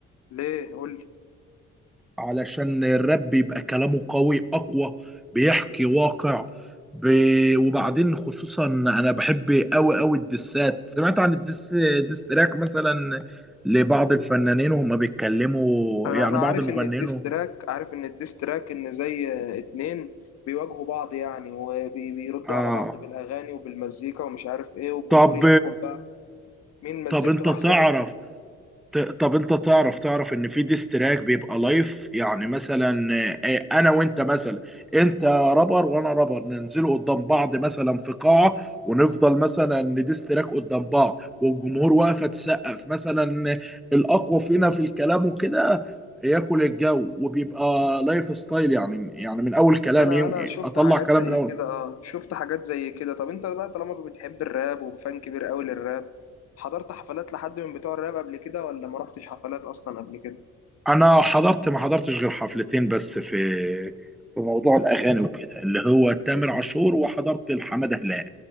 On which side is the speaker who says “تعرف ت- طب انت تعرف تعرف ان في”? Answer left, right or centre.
Centre